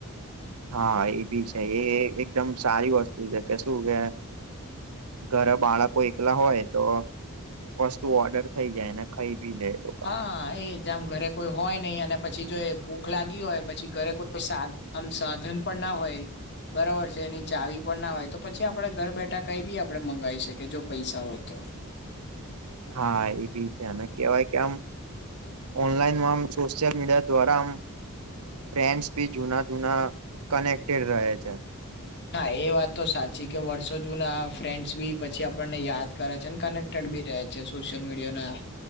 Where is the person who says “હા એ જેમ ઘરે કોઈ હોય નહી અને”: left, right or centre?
Left